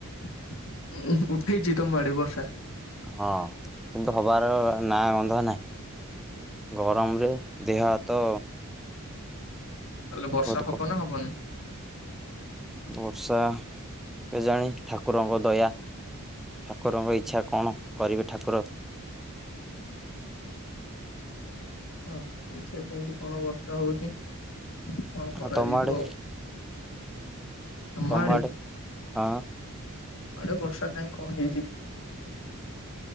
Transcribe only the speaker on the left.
ଉଁ, ହୁଁ, ଉଠେଇଛି ତୋମ ଆଡେ ବର୍ଷା?
ତାହେଲେ ବର୍ଷା
ହବ
ନା ହବନି?
ଓ ଦେଖିଆ କେମିତି କଣ ବର୍ଷା ହଉଛି, କଣ କରାଯିବ।
ଆମ
ଆଡେ
ଆଡେ ବର୍ଷା କାହିଁ କଣ ହେଇଛି।